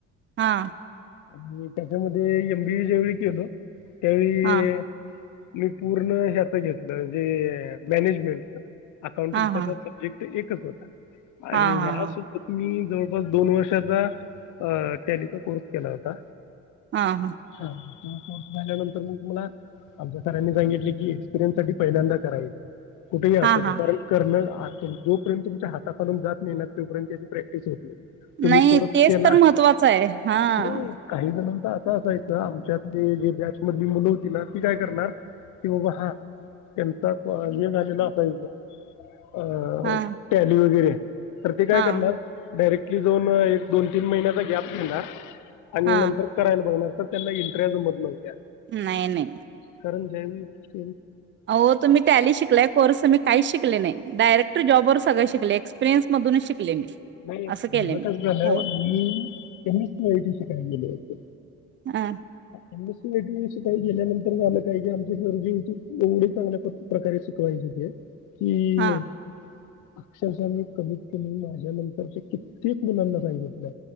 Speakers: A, on the right; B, on the left.
A: हा
B: आणि त्याच्यामध्ये एम बी ए ज्यावेळी केलो त्यावेळी
A: हा
B: मी पूर्ण ह्यात घेतलं जे मॅनेजमेंटचं अकाउटिंगचा
A: हा हा
B: सब्जेक्ट ते एकच होता आणि
A: हा हा
B: ह्यासोबत मी जवळपास दोन वर्षाचा टॅलीचा कोर्स केला होता
A: हा हा
B: हां कोर्स झाल्यानंतर मग मला आमच्या सरांनी सांगितले की एक्सपिरियन्स साठी पहिल्यांदा कराय कुठेही असुदे
A: हा हा
B: कारण करणं जोपर्यं तुमच्या हाता खालून जात नाही ना तोपर्यंत त्याची प्रॅक्टिस होत नाही. तुम्ही
A: नाही
B: कोर्स
A: तेच
B: केला
A: तर महत्त्वाचं हाय हा.
B: नाही, काही जणांचं असं असायचं आमच्या ते जे बॅचमधली मुलं होती ना ती काय करणार, कि बाबा हा, त्यांचा हे झालेला असायच, अ
A: हा
B: टॅली वगैरे, तर ते काय
A: हा
B: करणार डायरेक्ट आपली दोन एक दोन तीन महिन्याचा गॅप घेणार, आणि
A: हा
B: नंतर करायला बघणार तर त्यांना इंट ट्रेन मधन होत्या.
A: नाही नाही
B: कारण ज्या वेळी इंडस्ट्री
A: आओ तुम्ही टॅली शिकलाय कोर्स मी काहीच शिकले नाही डायरेक्ट जॉबवर सगळं शिकले एक्पिरियन्स मधूनच शिकले मी
B: नाही माझ
A: असं केले मी
B: कास झालं
A: हो
B: मी एम. एस. सी. आयटी शिकाय गेलो होतो
A: हा
B: एम सी. आय. टी. शिकायला गेल्यानंतर झालं काय की आमच गुरुजी होतीत एवढ्या चांगल्या प्रकारे शिकवायचे ते की
A: हा
B: अक्षरशः मी कमीत कमी माझ्या नंतर कित्येक मुलांना सांगितलं